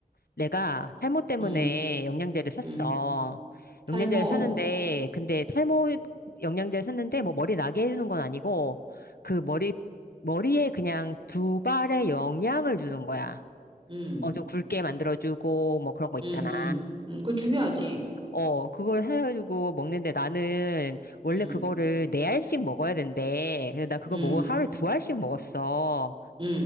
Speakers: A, on the left; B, on the right.
A: 내가 탈모 때문에
B: 음,
A: 영양제를 샀어.
B: 음, 탈모,
A: 영양제를 샀는데 근데 탈모 영양제를 샀는데 뭐 머리 나게 해주는 건 아니고 그 머리 머리에 그냥 두 발의 영양을 주는 거야.
B: 음,
A: 어, 좀 굵게 만들어주고, 뭐 그런 거 있잖아.
B: 음, 음, 음, 그거 중요하지.
A: 어, 그걸 해가지고 먹는데 나는 원래
B: 음,
A: 그거를 네 알씩 먹어야 된대. 근데 나 그거
B: 음,
A: 먹어 하루에 두 알씩 먹었어.
B: 음,